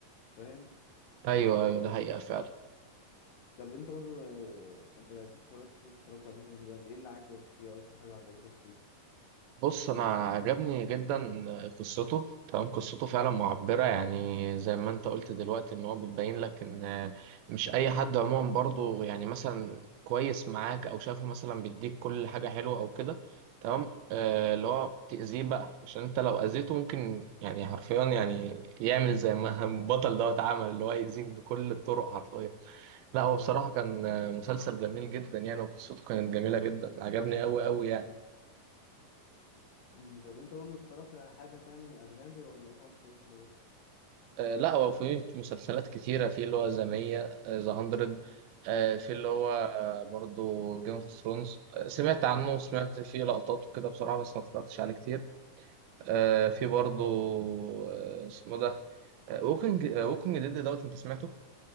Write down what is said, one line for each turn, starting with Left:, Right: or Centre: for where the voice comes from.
Left: فاهم
Right: ايوه ايوه ده حقيقة فعلا
Left: طب انت برضه آه، انت اكيد اتفرجت كنت اتفرجت على بريكنج باد ايه اللي عجبك فيه أو اكتر حاجه عجبتك فيه
Right: بص انا عجبني جدا قصته تمام قصته فعلا معبره يعني زي ما انت
Left: مم.
Right: قلت دلوقتي ان هو بتبين لك ان مش اي حد عموما برضو يعني مثلا كويس معاك او شافه مثلا بيديك كل حاجه حلوه او كده تمام آه، اللي هو تاذيه بقى عشان انت لو اذيته ممكن يعني حرفيا يعني يعمل زي ما <laughs> البطل دوت عمل اللي هو يأذيك بكل الطرق حرفيا لا هو
Left: اه
Right: بصراحه كان مسلسل جميل جدا يعني وقصته كانت جميله جدا عجبني قوي قوي يعني
Left: مم. طب انت برضه اتفرجت على حاجه تاني اجنبي ولا هو المسلسل ده بس
Right: آه، لا هو في مسلسلات كتيرة في اللي هو ذا 100 ذا 100 في اللي هو
Left: اه
Right: آه، برضو جيم اوف ثرونز سمعت عنه وسمعت
Left: مم.
Right: فيه لقطات وكده بصراحة بس ما اتفرجتش عليه كتير آه، في برضو آه، اسمه ده ووكينج ووكينج ديد دوت انت سمعته